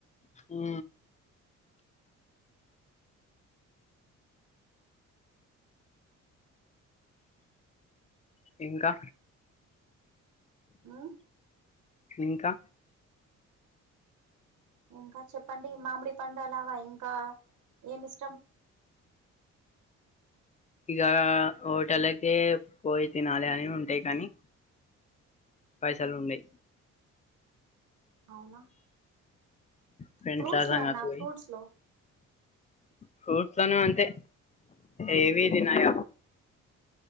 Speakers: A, on the left; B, on the right.
A: ఉ ఇంకా
B: మ్మ్.
A: ఇంకా
B: ఇంకా చెప్పండి మామిడి పండు అలావా ఇంకా ఏమి ఇష్టం
A: ఇగ హోటలకే పోయి తినాలి అని ఉంటయి కానీ పైసలున్డయ్
B: అవునా
A: ఫ్రెండ్స్లారాంగ
B: ఫ్రూట్స్ లో అన్నా
A: పోయి
B: ఫ్రూట్స్ లో
A: ఫ్రూట్స్లోన అంతే ఏవి తినయ